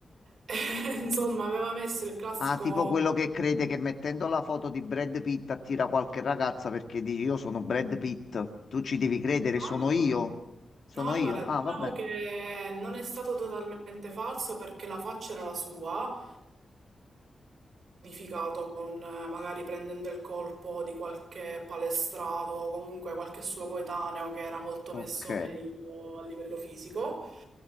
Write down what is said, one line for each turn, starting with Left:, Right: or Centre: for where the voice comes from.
Right: <laughs> Insomma, aveva messo il classico...
Left: Ah, tipo quello che crede che mettendo la foto di Brad Pitt attira qualche ragazza perché dici io sono Brad Pitt, tu ci devi credere, sono
Right: Allora,
Left: io, sono
Right: no, allora,
Left: io. Ah,
Right: diciamo
Left: vabbè,
Right: che non è stato totalmente falso perché la faccia era la sua, modificato con eh, magari prendendo il colpo di qualche palestrato o comunque qualche suo coetaneo che era molto
Left: ok.
Right: messo meglio a livello fisico.